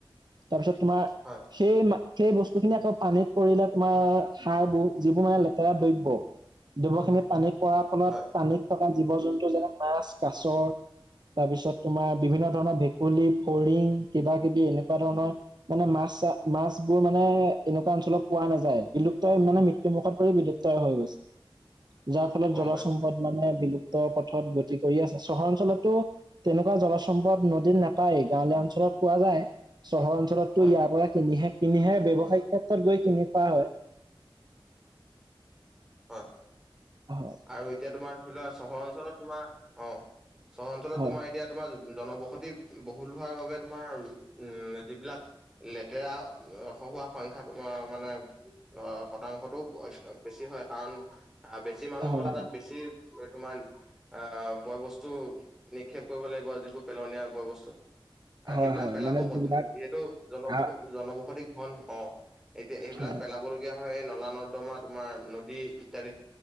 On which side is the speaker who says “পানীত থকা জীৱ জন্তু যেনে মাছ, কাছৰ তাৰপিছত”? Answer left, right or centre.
Right